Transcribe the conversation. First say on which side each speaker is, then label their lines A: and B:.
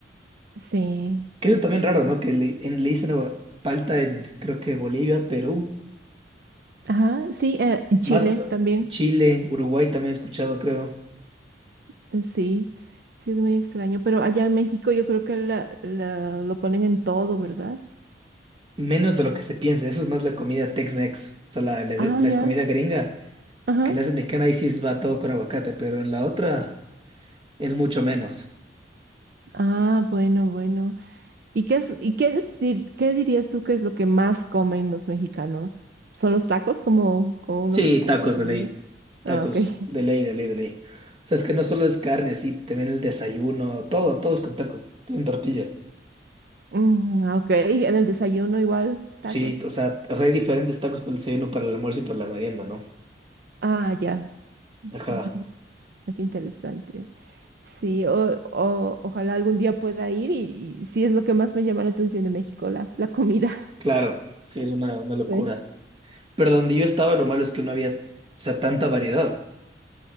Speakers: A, on the right; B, on the right.
A: Sí.
B: Que eso es también raro, ¿no? Que le, en, le dicen agua- palta en, creo que Bolivia, Perú.
A: Ajá, sí, eh, en Chile
B: Más eh,
A: también.
B: Chile, Uruguay también he escuchado, creo.
A: Eh, Sí, sí es muy extraño, pero allá en México yo creo que la, la- lo ponen en todo, ¿verdad?
B: Menos de lo que se piensa. Eso es más la comida Tex-Mex. O sea, la, la-
A: Ah,
B: la
A: ya.
B: comida gringa
A: Ajá.
B: que la hace mexicana, ahí sí va todo con aguacate, pero en la otra es mucho menos.
A: Ah, bueno, bueno. ¿Y qué es, y qué es di- qué dirías tú que es lo que más comen los mexicanos? ¿Son los tacos como, como uno
B: Sí, tacos
A: diría?
B: de ley. Tacos
A: Ah, ok. <laughs>
B: de ley, de ley, de ley. O sea, es que no solo es carne, así también el desayuno, todo, todo es con taco, todo en tortilla.
A: Mm, ah, ok, y en el desayuno igual, tacos.
B: Sí, o sea, o sea, hay diferentes tacos para el desayuno, para el almuerzo y para la merienda, ¿no?
A: Ah, ya.
B: Ajá,
A: <laughs> Ah, Qué interesante. Sí, o, o- ojalá algún día pueda ir y, y sí es lo que más me llama la atención de México, la, la comida.
B: claro, sí, es una, una locura.
A: Sí.
B: Pero donde yo estaba, lo malo es que no había, o sea, tanta variedad.